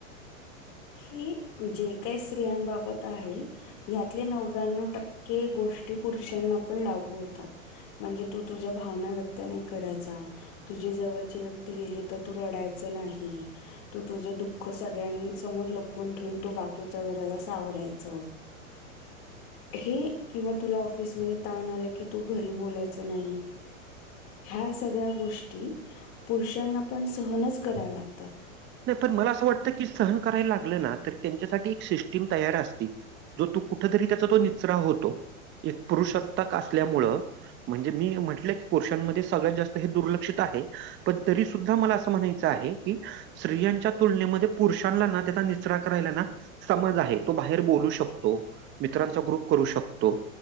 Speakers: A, on the left (about 45°); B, on the right (about 25°).
A: हे जे काय स्त्रियांबाबत आहे यातले नव्याण्णव टक्के गोष्टी पुरुषांना पण लागू होतात. म्हणजे तू तुझ्या भावना व्यक्त नाय कराचा तुझी जवळची व्यक्ती गेली त तू रडायच नाही तू तुझ दुःख सगळ्यां समोर लपून ठेवून तू बाकीच्या घराला सावरायच हे किंवा तुला ऑफिसमध्ये ताण आला की तू घरी बोलाच नाही. ह्या सगळ्या गोष्टी पुरुषांना पण सहनच कराव्या लागतात.
B: नाय पण मला असं वाटतं की सहन करायला लागलं ना तर त्यांच्यासाठी एक सिस्टीम तयार अस ती जो तू कुठतरी त्याचा तो निचरा होतो एक पुरुषांतक असल्यामुळं म्हणजे मी म्हटलं की पुरुषांमध्ये सगळ्यात जास्त हे दुर्लक्षित आहे पण तरी सुुद्धा मला असं म्हणायचं आहे की, स्त्रियांच्या तुलनेमध्ये पुरुषांना ना त्याचा निचरा करायला ना समज आहे तो बाहेर बोलू शकतो. मित्रांचा ग्रुप करू शकतो.